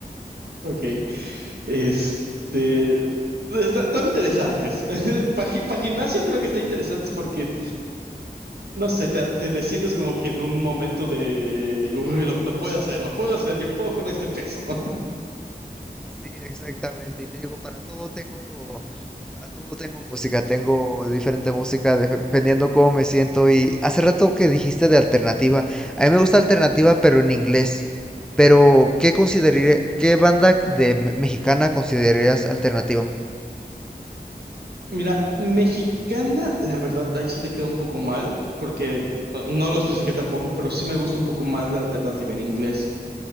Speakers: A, on the right; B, in the centre.
A: Ok, este, está- están interesantes. <laughs> Para gimnasio creo que está interesantes porque, no sé, te, te decides como que en un momento de, de uy, lo, lo puedo hacer, lo puedo hacer, yo puedo con este peso. <laughs>
B: Sí, exactamente. Y te digo, para todo tengo, para todo tengo música, tengo diferente música de- dependiendo cómo me siento. Y hace rato que dijiste de alternativa, a mí me gusta alternativa, pero en inglés. Pero, ¿qué consideraré, qué banda de me- mexicana considerarías alternativa?
A: Mira, mexicana, la verdad, ahí sí te queda un poco mal porque eh, no lo especifiqué tampoco, pero sí me gusta un poco más la alternativa en inglés.